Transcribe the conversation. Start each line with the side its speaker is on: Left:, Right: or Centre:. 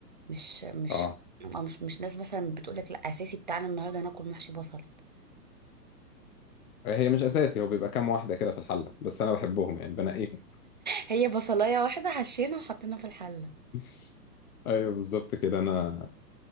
Right: مش مش
Left: اه
Right: أو مش مش ناس مثلا بتقولك لا اساسي بتاعنا النهارده ناكل محشي بصل <laughs>
Left: هي مش اساسي هو بيبقى كام واحده كده في الحله بس انا بحبهم يعني بنقيهم
Right: هي بصلايه واحده حشينا وحطينا في الحله
Left: <laughs> ايوه بالظبط كده انا